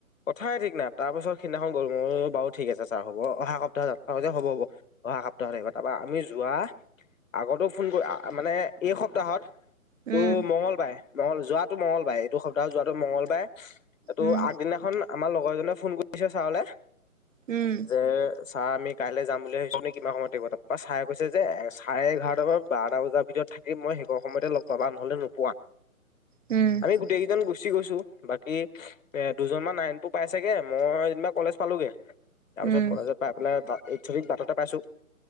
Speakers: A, on the left; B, on the right.
A: কথাই ঠিক নাই, তাৰ পিছত সিদিনাখন গলোঁ, ম‌ই বোলোঁ অ' বাৰু ঠিক আছে ছাৰ হ'ব অহা সপ্তাহত যাম হ'ব-হ'ব। অহা সপ্তাহত আহিবা তাৰপৰা আমি যোৱা আগতো ফোন কৰা, মানে এই সপ্তাহত,
B: উম
A: টো মঙ্গলবাৰে, মঙল যোৱাটো মঙ্গলবাৰে এইটো সপ্তাহত যোৱাটো মঙ্গলবাৰে, এইটো
B: উম
A: আগদিনাখন আমাৰ লগৰজনে ফোন কৰিছে ছাৰলে
B: উম।
A: যে ছাৰ আমি কাইলৈ যাম বুলি ভাবিছোঁ নে কিমান সময়ত থাকিব তাত। পা ছাৰে কৈছে যে চাৰে এঘাৰটামান বাৰটা বজাৰ ভিতৰত থাকিম মই সেইকণ সময়তে লগ পাবা নহলে নোপোৱা।
B: উম।
A: আমি গোটেই কেইজন গুচি গৈছোঁ। বাকী এ দুজনমান নাৰায়ণপুৰ পাইছেগে মই যেনিবা কলেজ পালোগে। তাৰপিছত
B: উম
A: কলেজত পাই পেলাই এইচ অ' দিক বাটতে পাইছোঁ।